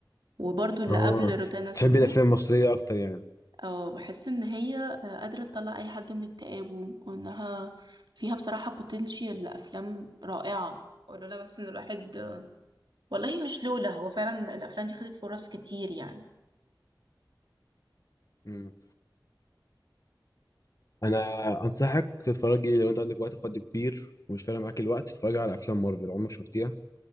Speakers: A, on the right (about 70°); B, on the left (about 45°).
A: وبرضو اللي
B: اه
A: قبل روتانا سينما
B: بتحبي الافلام المصرية اكتر يعني
A: أو بحس إن هي آه، قادرة تطلع أي حد من اكتئابه وإنها فيها بصراحة بوتنشال لأفلام رائعة ولولا بس إن الواحد والله مش لولا هو فعلا الأفلام دي خدت فرص كتير يعني
B: مم. انا انصحك تتفرجي لو انت عندك وقت فاضي كبير ومش فارق معاك الوقت تتفرجي على افلام مارفل عمرك شفتيها